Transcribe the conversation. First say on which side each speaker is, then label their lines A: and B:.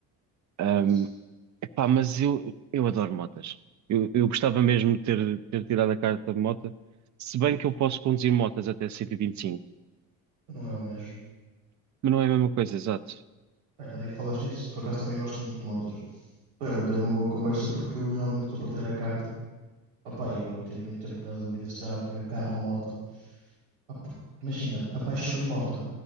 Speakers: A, on the right (about 40°); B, on the right (about 85°).
A: Ahm,
B: certo.
A: epá, mas eu, eu adoro motas. Eu, eu gostava mesmo de ter, ter tirado a carta de mota. Se bem que eu posso conduzir motas até 125,
B: Não é o mesmo.
A: mas não é a mesma coisa, exato.
B: Bem, ainda bem que falas nisso, por acaso também gosto muito de motos. Espero até uma boa conversa porque eu realmente estou para tirar a carta. Opá, e eu tive muito tempo na dúvida se terá o primeiro carro ou moto. Pá, porque, imagina, a paixão é moto.